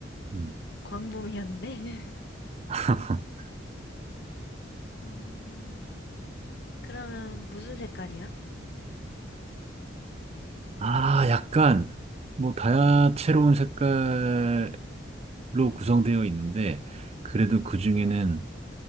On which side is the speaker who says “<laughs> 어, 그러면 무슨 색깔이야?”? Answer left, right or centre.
Left